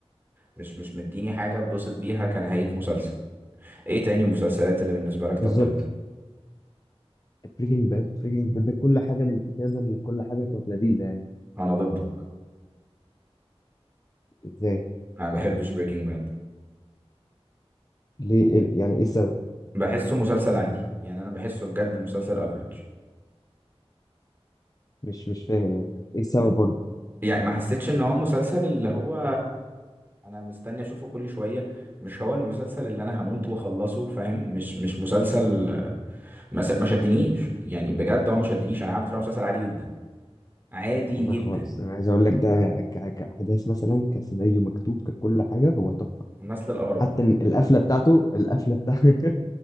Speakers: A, on the right (about 20°); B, on the left (about 35°).
A: مش مش مديني حاجة اتبسط بيها كنهاية مسلسل ايه تاني مسلسلات اللي بالنسبة لك
B: بالظبط
A: توب 10
B: بريكنج باد بريكنج باد كل حاجه من الكتابه كل حاجه كانت لذيذه يعني
A: انا ضدك
B: ازاي
A: انا ما بحبش بريكنج باد
B: ليه إيه- يعني ايه السبب
A: بحسه مسلسل عادي يعني انا بحسه بجد مسلسل افريج
B: مش مش فاهم يعني ايه السبب برضه
A: يعني ما حسيتش ان هو مسلسل اللي هو انا مستني اشوفه كل شوية مش هو المسلسل اللي انا هموت واخلصه فاهم مش مش مسلسل ما س- ما شدنيش يعني بجد هو ما شدنيش انا قاعد بتفرج على مسلسل عادي جدا عادي
B: والله
A: جدا
B: خالص انا عايز اقول لك ده ك- كاحداث مثلا كسيناريو مكتوب ككل حاجه هو تحفه
A: نسل الاغراب
B: حتى إن القفله بتاعته القفله بتاع <laughs>